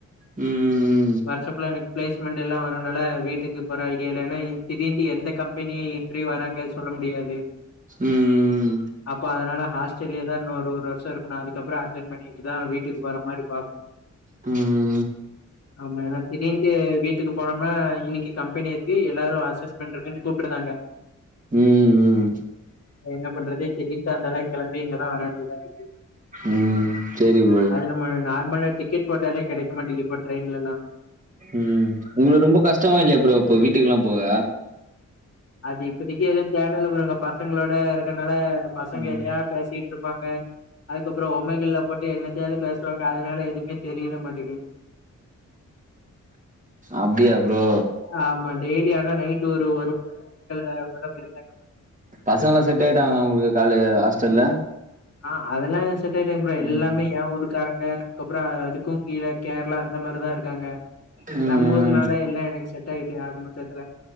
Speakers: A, on the right; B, on the left.
A: ம்
B: வருஷோ ஃபுல்லா எனக்கு பிளேஸ்மெண்ட் எல்லா வருததுனால வெய்ட் வீட்டுக்கு போற ஐடியா இல்லனா திடீர்ன்டு எந்த கம்பெனி இன்டர்வியூ வராங்க சொல்ல முடியாது
A: ம்
B: அப்போ அதுனால ஹாஸ்டல்லே தா இன்னொரு ஒரு வருஷம் இரு அதுக்கப்றம் அட்டன் பண்ணிட்டு தா வீட்டுக்கு போற மாரி பாக்கணு
A: ம்
B: ஆமா எனா திடீர்ன்டு வீட்டுக்கு போனாம்னா இன்னிக்கி கம்பெனி இருக்கு எல்லாரு அசஸ்மெண்ட் இருக்குனு கூப்புடுருதாங்க
A: ம் ம்
B: என்ன பண்றது திடீர்ன்டு அந்தால கெளம்பி இங்க தா வர வேண்டிய தா இருக்கு
A: ம் சேரி ப்ரோ
B: அது நம்ம நார்மலா டிக்கெட் போட்டாலே கெடைக்க மாட்டிங்கிது இப்ப ட்ரெயின்லலா
A: ம் உங்களுக்கு ரொம்ப கஷ்டமா இல்லயா ப்ரோ அப்ப வீட்டுக்குல்லா போக
B: அது இப்பதிக்கு எதுவும் தேடல ப்ரோ இங்க பசங்களோட இருக்கனால பசங்க
A: ம்
B: எதயா பேசிட்டு இருப்பாங்க அதுக்கப்பறம் ஒமைகில்ல போட் என்னதயாது பேசுவாங்க அதுனால எதுமே தெரியிர மாட்டிங்கி
A: அப்டியா ப்ரோ
B: ஆமா டெய்லி ஆனா நைட் ஒரு நேரம் ஒமைகல உள்ள பேயிடு தேங்க
A: பசங்க எல்லா செட் ஆயிட்டாங்க உங்களுக்கு காலு ஹாஸ்டல்ல
B: ஆ அதெல்லா செட் ஆயிட்டாங்க ப்ரோ எல்லாமே
A: ம்
B: ஏ ஊருக்காராங்க அதுகப்றம் அதுக்கும் கீழ கேரளா அந்த மாரிதான் இருக்காங்க
A: ம்
B: நம்ம ஊர்னால
A: ம்
B: எல்லா எனக்கு செட் ஆயிட்டு ஆக மெத்தத்துல